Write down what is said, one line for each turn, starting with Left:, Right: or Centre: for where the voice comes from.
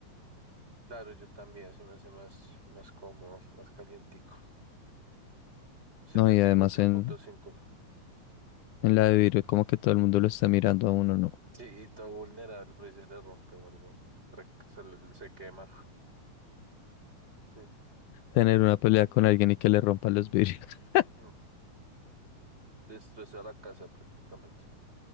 Right: Claro, yo también, se me hace más, más cómodo, más calientico. Setenta
Left: No, y además
Right: y cuatro
Left: en,
Right: punto cinco.
Left: en la de vidrio, como que todo el mundo lo está mirando a uno, ¿no?
Right: Sí, y todo vulnerable, pero ahí se le rompe o algo. Re- Se, le- se quema. Sí.
Left: Tener una pelea con alguien y que le rompan los vidrios. <laughs>
Right: Mm. Destroza la casa prácticamente.